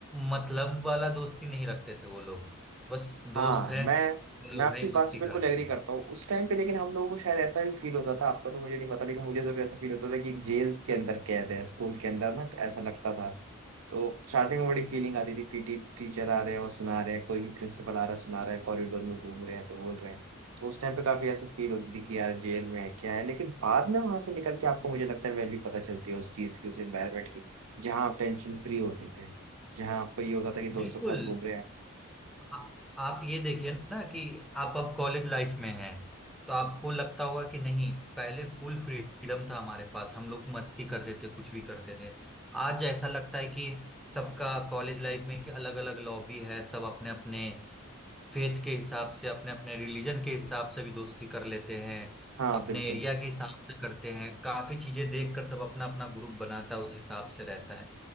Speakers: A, in the centre; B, on the right.
A: मतलब वाला दोस्ती नहीं रखते थे वो लोग बस
B: हाँ
A: दोस्त हैं
B: मैं
A: चलो
B: मैं आपकी
A: भाई
B: इस बात
A: मस्ती
B: से बिल्कुल
A: करते
B: एग्री
A: हैं
B: करता हूँ उस टाइम पे लेकिन हम लोगों को शायद ऐसा भी फील होता था आपका तो मुझे नहीं पता लेकिन मुझे जरूर ऐसा फील होता था कि जेल के अंदर कैद है स्कूल के अंदर ना ऐसा लगता था तो स्टार्टिंग में बड़ी फीलिंग आती थी पीटी टीचर आ रहे हैं और सुना रहे हैं कोई भी प्रिंसिपल आ रहा है सुना रहा है कॉरिडोर में घूम रहे हैं तो बोल रहे हैं तो उस टाइम पे काफी ऐसा फील होती थी कि यार जेल में है क्या है लेकिन बाद में वहां से निकल के आपको मुझे लगता है वैल्यू पता चलती है उस चीज की उस एनवायरमेंट की जहाँ आप टेंशन फ्री होते थे जहाँ आपको ये होता था कि दोस्तों
A: बिल्कुल
B: के साथ घूम रहे हैं
A: आ, आप ये देखिए ना कि आप अब कॉलेज लाइफ में हैं तो आपको लगता होगा कि नहीं पहले फुल फ्रीडम था हमारे पास हम लोग मस्ती कर देते कुछ भी करते थे आज ऐसा लगता है कि सबका कॉलेज लाइफ में कि अलग अलग लॉबी है सब अपने अपने फेथ के हिसाब से अपने अपने रिलीजन के हिसाब से भी दोस्ती कर लेते हैं
B: हाँ
A: अपने
B: बिल्कुल
A: एरिया के हिसाब से करते हैं काफी चीजें देखकर सब अपना अपना ग्रुप बनाता है उस हिसाब से रहता है